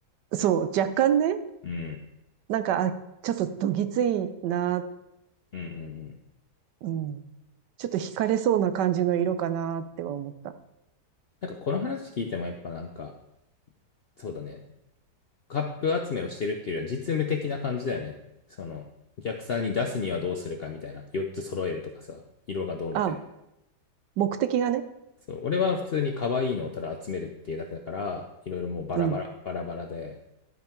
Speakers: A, on the right (about 80°); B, on the left (about 65°).
A: そう、若干ね、
B: うん。
A: なんか、あ、ちょっとどぎついな、
B: うんうんうん。
A: うん。ちょっと惹かれそうな感じの色かなっては思った。
B: なんかこの話聞いてもやっぱなんか、そうだね。カップ集めをしてるっていうよりは実務的な感じだよね。その、お客さんに出すにはどうするかみたいな。4つ揃えるとかさ、色がどうみたいな。
A: あ、目的がね。
B: そう、俺は普通に可愛いのをただ集めるっていうだけだから、いろいろもうバラバラ、
A: うん、
B: バラバラで、